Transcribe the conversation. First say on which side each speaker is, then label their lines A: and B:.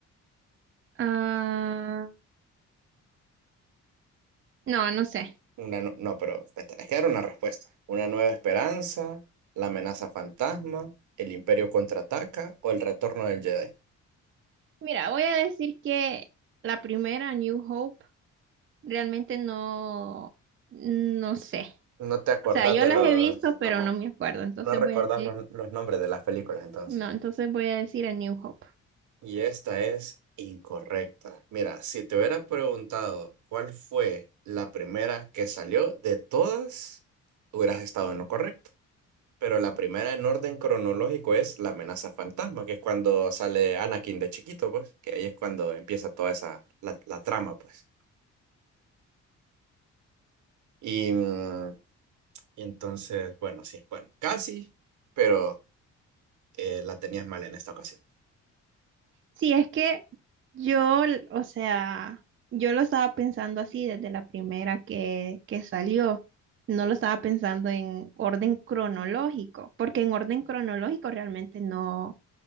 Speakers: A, on the right (about 40°); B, on the right (about 75°).
A: Ah, no, no sé.
B: Una, nu- no, pero me tenés que dar una respuesta. ¿Una nueva esperanza, la amenaza fantasma, el imperio contraataca o el retorno del Jedi?
A: Mira, voy a decir que la primera, New Hope, realmente no, no sé.
B: No te acordás
A: O sea, yo
B: de
A: las
B: los...
A: he visto, pero
B: Ajá.
A: no me acuerdo. Entonces
B: No recordás
A: voy a decir,
B: los, los nombres de las películas, entonces.
A: no, entonces voy a decir a New Hope.
B: Y esta es incorrecta. Mira, si te hubiera preguntado cuál fue la primera que salió de todas, hubieras estado en lo correcto. Pero la primera en orden cronológico es la amenaza fantasma, que es cuando sale Anakin de chiquito, pues, que ahí es cuando empieza toda esa, la, la trama, pues. Y, mm, y entonces, bueno, sí, bueno, casi, pero eh, la tenías mal en esta ocasión.
A: Sí, es que yo, o sea, yo lo estaba pensando así desde la primera que, que salió. No lo estaba pensando en orden cronológico, porque en orden cronológico realmente no,